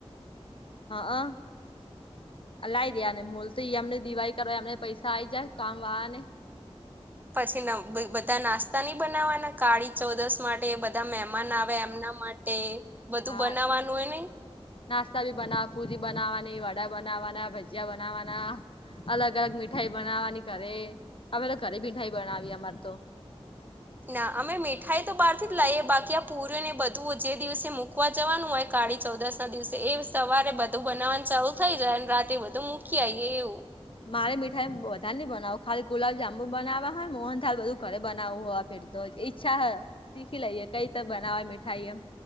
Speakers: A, on the left; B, on the right.
A: હા હા લાઈ દેવના ને મોલ તો એ અમને દિવાળ કરવા અમને પૈસા આઈ જાય કામ વાળને
B: પછી બધા નાસ્તા ન ઈબનાવાના કાળી ચૌદશ માટે બધા મહેમાન આવે એમના માટે એ બધું
A: હા
B: બનાવાનું હોય નને
A: નાસ્તા બી બનાવ પુરી બનાવાની વડા બનાવવાના ભજીયા બનાવાના અલગ અલગ મીઠાઈ બનાવવાની ઘરે હમે તો ઘરે મીઠાઈ બનાવી અમાર તો
B: ના અમે મીઠાઈ તો બહાર થી જ લાઈએ બાકી આ પુર ને બધું જે દિવસે મૂકવા જવાનું હોય કાળી ચૌદસ ના દિવસે એ સવારે બધું બનાવવાનું ચાલુ થઈ જાય અને રાતે બધું મૂકી આવી એવું
A: મારે મીઠાઈ વધારે નહી બનાવું ખાલી ગુલાબજંબુ બનાવવા હોય મોહન થાળ બધું ઘરે બનાવું હોય ફેર તોઈ ચ્છા હ સીખી લઈ કઈ તો બનાવ મીઠાઈ એમ